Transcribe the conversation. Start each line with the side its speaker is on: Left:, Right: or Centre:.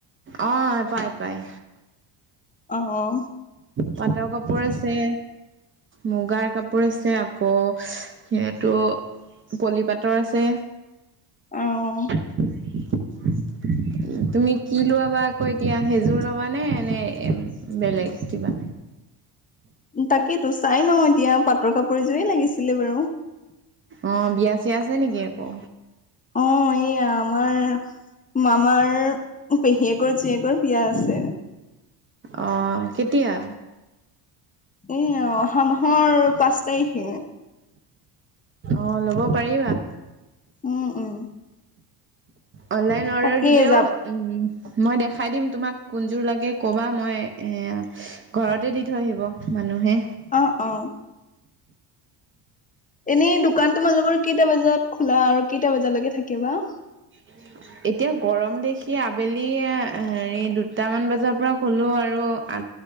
Right: অহ, পায়-পায়।
Left: অহ', অহ'।
Right: পাটৰ কাপোৰ আছে, মুগাৰ কাপোৰ আছে, আকৌ সেইটো, পলিপাতৰ আছে।
Left: অহ', অহ'।
Right: <unintelligible> <unintelligible> তুমি কি লোৱা বা আকৌ এতিয়া সেইজোৰ ল'বানে নে বেলেগ কিবা।
Left: তাকেইতো চাই লওঁ এতিয়া, পাটৰ কাপোৰ এজোৰে লাগিছিলে বাৰু।
Right: অহ, বিয়া-চিয়া আছে নেকি আকৌ?
Left: অহ, এইয়া আমাৰ মামাৰ পেহীয়েকৰ জীয়েকৰ বিয়া আছে।
Right: অহ, কেতিয়া?
Left: এই অহা মাহৰ পাঁচ তাৰিখে।
Right: অহ, ল'ব পাৰিবা।
Left: উম', উম'।
Right: অনলাইন অৰ্ডাৰ
Left: তাকেই
Right: দিলেও
Left: যাম
Right: উম, মই দেখাই দিম। তোমাক কোনজোৰ লাগে ক'বা, মই এয়া ঘৰতে দি থৈ আহিব মানুহে।
Left: অহ', অহ'। এনেই দোকান তোমালোকৰ কেইটা বজাত খোলা আৰু কেইটা বজালৈকে থাকেবা।
Right: <unintelligible> এতিয়া গৰম দেখি আবেলি হেৰি দুটামান বজাৰ পৰা খলোঁ আৰু আ